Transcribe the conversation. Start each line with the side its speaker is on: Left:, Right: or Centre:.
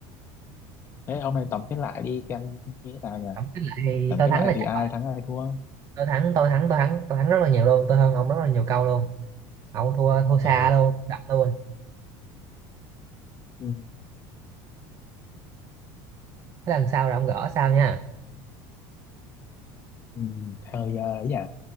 Left: Thế hôm nay tổng kết lại đi xem như thế nào nhỉ?
Right: tổng kết lại thì
Left: Tổng
Right: tôi
Left: kết
Right: thắng
Left: lại
Right: là
Left: thì
Right: chắc
Left: ai
Right: rồi
Left: thắng ai thua?
Right: tôi thắng tôi thắng tôi thắng tôi thắng rất là nhiều luôn tôi hơn ông rất là nhiều câu luôn ông thua thua xa
Left: Ờ,
Right: luôn đập luôn
Left: ừ,
Right: thế lần sau là ông gỡ sao nha
Left: ừ, thôi ờ, ấy nhỉ,